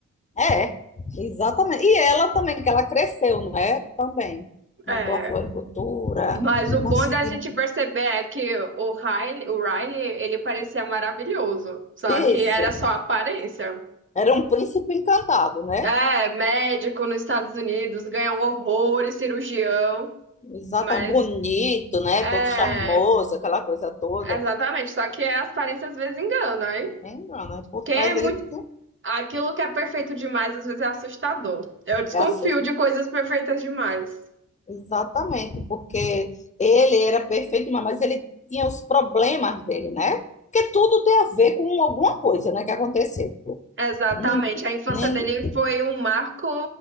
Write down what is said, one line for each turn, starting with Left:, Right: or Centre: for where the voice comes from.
Left: É, exatamente. E ela também, que ela cresceu, né? Também. Montou
Right: É.
Left: a floricultura,
Right: Mas o bom
Left: conseguiu.
Right: da gente perceber é que o Riley, o Riley, ele parecia maravilhoso, só
Left: Isso.
Right: que era só aparência.
Left: Era um príncipe encantado, né?
Right: É, médico nos Estados Unidos, ganha um horror, cirurgião,
Left: Exatamente,
Right: mas
Left: bonito, né?
Right: é,
Left: Todo charmoso, aquela coisa toda.
Right: exatamente, só que as aparências às vezes enganam, hein?
Left: Lembra, né? Por
Right: Quem
Left: trás
Right: é muito,
Left: ele tinha-
Right: aquilo que é perfeito demais às vezes é assustador. Eu desconfio
Left: é assust...
Right: de coisas perfeitas demais.
Left: Exatamente, porque ele era perfeito, mas ele tinha os problemas dele, né? Porque tudo tem a ver com alguma coisa, né, que aconteceu.
Right: Exatamente,
Left: Nem,
Right: a infância
Left: nem,
Right: dele foi um marco